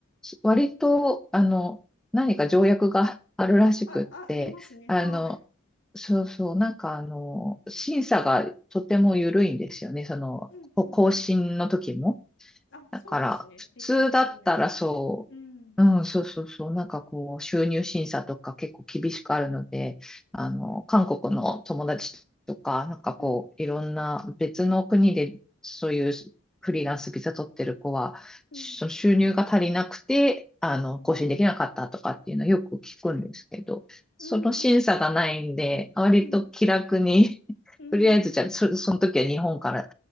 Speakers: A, in the centre; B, on the left.
A: 割と、あの、何か条約があるらしくって、
B: あ、あ、あ、ありますね。
A: あの、
B: はい。
A: そうそう、なんかあの、審査がとても緩いんですよね。その、
B: うんうんうん。
A: こ更新の時も。
B: あ、
A: だから、
B: そうですね。
A: 普通だったらそう、
B: 歴史的な。うん。
A: うん、そうそうそう、なんかこう、収入審査とか結構厳しくあるので、あの、韓国の友達とか、なんかこう、
B: うん、
A: いろんな別の国でそういうフリーランスビザ取ってる子は、
B: うん、
A: その収入が足りなくて、あの、
B: うん、うん、
A: 更新できなかったとかっていうのはよく聞くんですけど、その審査がないんで、
B: うん、
A: 割と気楽に、
B: うん、
A: <laughs>
B: うん。
A: とりあえずじゃあ、そ、その時は日本から